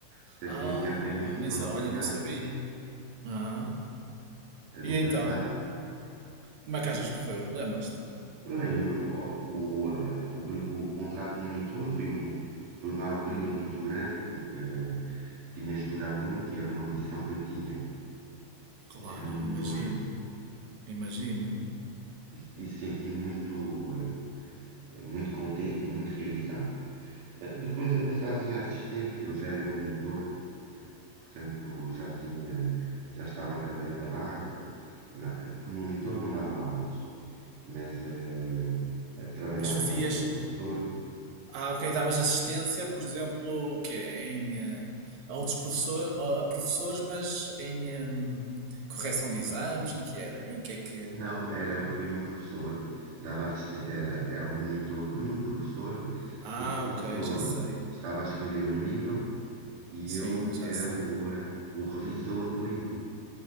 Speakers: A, on the right (about 85°); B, on the right (about 65°).
A: portanto,
B: Ah,
A: é imediatamente professor
B: nem sei,
A: auxiliar.
B: olha, não sabia. Ah,
A: Eh, No
B: e então?
A: passado,
B: Como é que achas que correu? Lembras-te?
A: Eu Lembro, ó, o, eh, o, prim- o contrato de monitor foi, um, foi uma alegria
B: Hum,
A: muito grande porque eh, tinha estudado muito e era uma ambição que eu tinha,
B: claro,
A: de ser monitor
B: imagino, imagino.
A: e, e senti muito, eh, eh, muito contente e muito realizado. Eh, Depois a passagem a assistente, eu já era monitor, portanto já tinha, já estava a trabalhar lá. Na- como monitor não dava aulas, mas eh, eh, trabalhava
B: Mas fazias,
A: já como professor
B: Ah, ok, davas assistência, por exemplo, o quê? Em, eh, a outros professor, a a professores, mas em em correção de exames, em que era? Em que é que...
A: Não, era, foi um professor, dava assisten- era, era o monitor de um professor.
B: Ah,
A: Esse professor
B: ok, já sei.
A: estava a escrever um livro e
B: Sim,
A: eu
B: já
A: era
B: sei.
A: o, eh, o revisor do livro.